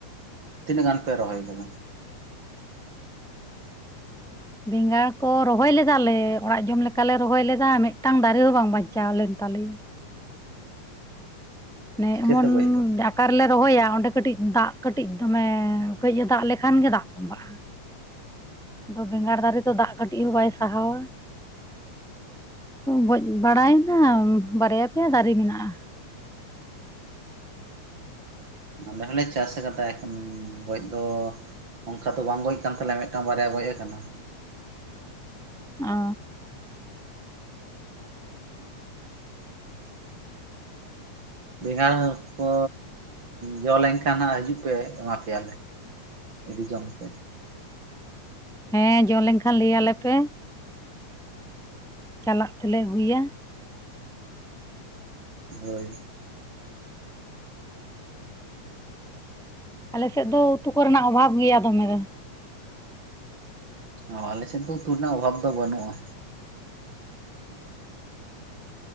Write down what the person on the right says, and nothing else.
ᱛᱤᱱᱟᱹᱜ ᱜᱟᱱ ᱯᱮ ᱨᱚᱦᱚᱭ ᱟᱠᱟᱫᱟ?
ᱪᱤᱠᱟᱹᱛᱮ
ᱜᱚᱡ ᱜᱚᱫ ᱮᱱᱟ
ᱟᱞᱮ ᱦᱚᱸᱞᱮ ᱪᱟᱥ ᱠᱟᱫᱟ ᱮᱠᱷᱚᱱ ᱜᱚᱡ ᱫᱚ ᱚᱝᱠᱟ ᱫᱚ ᱵᱟᱝ ᱜᱚᱡ ᱠᱟᱱ ᱛᱟᱞᱮᱭᱟ ᱢᱤᱫᱴᱟᱝ ᱵᱟᱨᱭᱟ ᱜᱚᱡ ᱟᱠᱟᱱᱟ᱾
ᱵᱮᱸᱜᱟᱲ ᱠᱚ ᱡᱚ ᱞᱮᱱᱠᱷᱟᱱ ᱦᱟᱸᱜ ᱦᱤᱡᱩᱜ ᱯᱮ ᱮᱢᱟ ᱯᱮᱭᱟᱞᱮ᱾ ᱮᱫᱤ ᱡᱚᱝ ᱯᱮ ᱾
ᱦᱳᱭ ᱾
ᱚ ᱟᱞᱮ ᱥᱮᱫ ᱫᱚ ᱩᱛᱩ ᱨᱮᱱᱟᱜ ᱚᱵᱷᱟᱵ ᱫᱚ ᱵᱟᱱᱩᱜᱼᱟ᱾